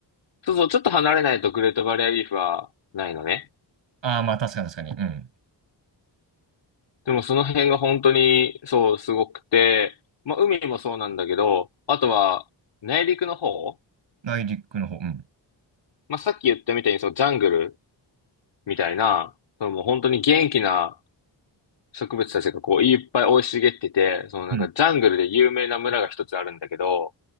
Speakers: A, on the left; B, on the right.
A: そうそう、ちょっと離れないとグレートバリアリーフはないのね。
B: ああ、まあ確かに確かに。うん。
A: でもその辺が本当に、そう、すごくて、まあ、海もそうなんだけど、あとは、内陸の方、
B: 内陸の方。うん。
A: まあ、さっき言ったみたいに、そう、ジャングルみたいな、そのもう本当に元気な植物たちがこう、いっぱい生い茂ってて、そのなんか、
B: うん。
A: ジャングルで有名な村が一つあるんだけど、